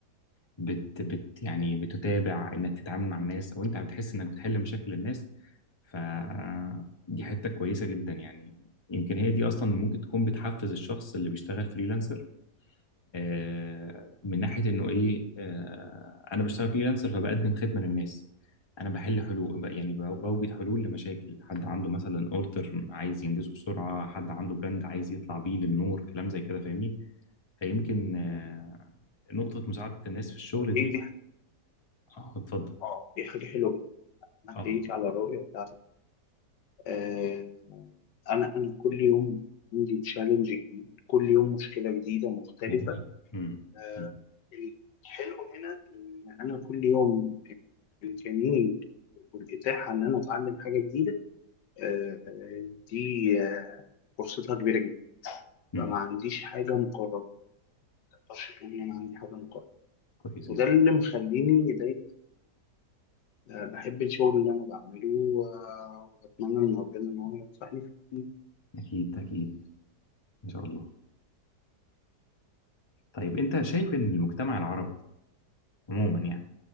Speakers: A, on the left (about 20°); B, on the left (about 80°).
A: بت, بت يعني بتتابع انك تتعامل مع الناس او انت بتحس انك بتحل مشاكل الناس فدي حتة كويسة جدا يعني يمكن هي دي اصلا ممكن تكون بتحفز الشخص اللي بيشتغل فريلانسر آه، من ناحيه انه ايه آه، انا بشتغل فريلانسر فبقدم خدمه للنس انا بحل حلول ب- يعني ب- بوجد حلول لمشاكل حد عنده مثلا اوردر عايز ينجزه بسرعه حد عنده براند عايز يطلع بيه للنور كلام زي كده فاهمني فيمكن آه، نقطه مساعده الناس في الشغل دي
B: ايه دي
A: اه اتفضل
B: اه دي حاجه حلوه جدا أنا
A: اه
B: احييك على الرؤيه بتاعتك آه، انا انا كل يوم عندي تشالنج جديد كل يوم مشكله جديده مختلفه
A: جميل مم.
B: آه،
A: مم.
B: الحلو هنا ان انا كل يوم امكانيه والاتاحه ان انا اتعلم حاجه جديده آه، دي آه، فرصتها كبيره جدا
A: مم.
B: فما عنديش حاجه مقرره ما اقدرش اقول ان انا عندي حاجه مقرره
A: كويس
B: وده
A: جدا
B: اللي مخليني دايما آه، بحب الشغل اللي انا بعمله آه، وبتمنى من ربنا ان هو يوفقني فيه.
A: أكيد أكيد إن شاء الله طيب أنت شايف إن المجتمع العربي عموما يعني